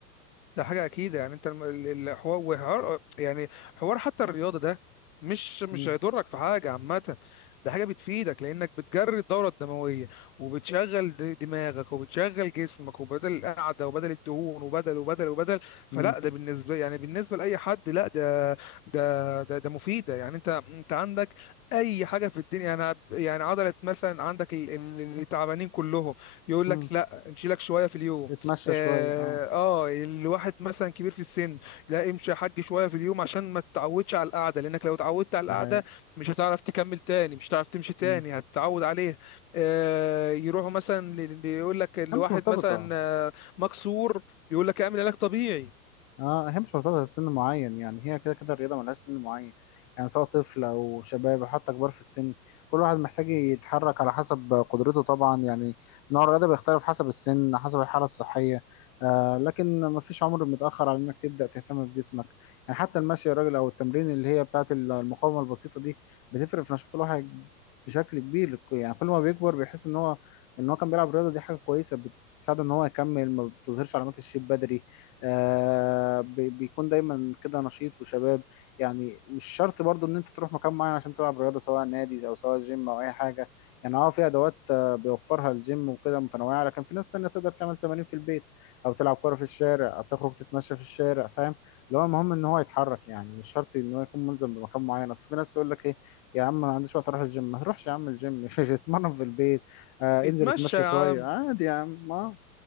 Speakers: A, on the left; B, on the left.
A: ده حاجة أكيد يعني أنت الم- ال- الحوار وحوار يعني حوار حتى الرياضة ده مش مش
B: مم،
A: هيضرك في حاجة عامة ده حاجة بتفيدك لأنك بتجري الدورة الدموية وبتشغل د- دماغك وبتشغل جسمك وبدل القعدة وبدل الدهون وبدل وبدل وبدل فلا
B: مم،
A: ده بالنسبة يعني بالنسبة لأي حد لا ده ده ده, ده مفيدة يعني أنت أنت عندك أي حاجة في الدنيا يعني ع- يعني عضلة مثلا عندك ال- ال- اللي تعبانين كلهم يقول
B: مم.
A: لك لا نشيلك شوية في اليوم
B: اتمشى
A: اه
B: شوية اه
A: آه، الواحد مثلا كبير في السن لا امشي يا حاج شويه في اليوم عشان ما تتعودش على القعده لانك لو اتعودت على القعده
B: ده حقيقة
A: مش هتعرف تكمل تاني مش هتعرف تمشي تاني
B: مم.
A: هتتعود عليها آه يروحوا مثلا يقول لك الواحد
B: هي مش مرتبطة
A: مثلا آه، مكسور يقول لك اعمل علاج طبيعي
B: اه هي مش مرتبطة بسن معين يعني هي كده كده الرياضة ملهاش سن معين يعني سواء طفل أو شباب أو حتى كبار في السن كل واحد محتاج يتحرك على حسب قدرته طبعا يعني نوع الرياضة بيختلف حسب السن حسب الحالة الصحية آه لكن مفيش عمر متأخر على إنك تبدأ تهتم بجسمك يعني حتى المشي يا راجل أو التمرين اللي هي بتاعة المقاومة البسيطة دي بتفرق في نشاط الواحد بشكل كبير يعني كل ما بيكبر بيحس إن هو إن هو كان بيلعب رياضة دي حاجة كويسة بتساعده إن هو يكمل ما بتظهرش علامات الشيب بدري آه بي- بيكون دايما كده نشيط وشباب يعني مش شرط برضو ان انت تروح مكان معين عشان تلعب رياضه سواء نادي او سواء جيم او اي حاجه يعني اه في ادوات آه، بيوفرها الجيم وكده متنوعه لكن في ناس تانية تقدر تعمل تمارين في البيت او تلعب كوره في الشارع او تخرج تتمشى في الشارع فاهم اللي هو المهم ان هو يتحرك يعني مش شرط ان هو يكون ملزم بمكان معين اصل في ناس تقول لك ايه يا عم انا ما عنديش وقت اروح الجيم ما تروحش يا عم الجيم <laughs> اتمرن في البيت آه
A: فاتمشى
B: انزل اتمشى
A: يا
B: شويه
A: عم
B: عادي يا عم اه